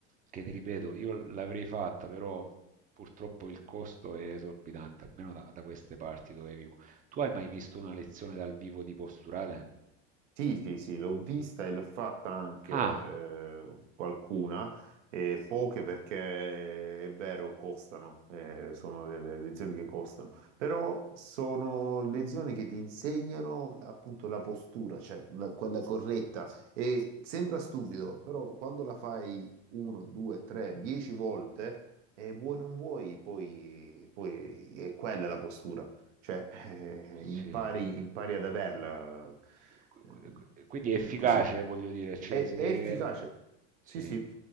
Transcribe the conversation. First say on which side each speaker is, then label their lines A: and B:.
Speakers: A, on the right (about 25°); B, on the right (about 85°).
A: che ti ripeto, io l'avrei fatta, però purtroppo il costo è esorbitante, almeno da, da queste parti dove vivo. Tu hai mai visto una lezione dal vivo di posturale?
B: Sì, sì, sì, l'ho vista e l'ho fatta anche
A: Ah,
B: eh, qualcuna, eh, poche perché è vero, costano, eh, sono delle lezioni che costano, però sono lezioni che ti insegnano appunto la postura, cioè la- quella corretta. E sembra stupido, però quando la fai uno, due, tre, dieci volte, eh, vuoi non vuoi, poi, poi è quella la postura. Cioè, eh,
A: sì.
B: impari, impari ad averla.
A: Qu-
B: Ehm,
A: qu- qu- Quindi è efficace,
B: È così.
A: voglio dire, cioè,
B: È,
A: se...
B: è efficace.
A: Sì.
B: Sì, sì,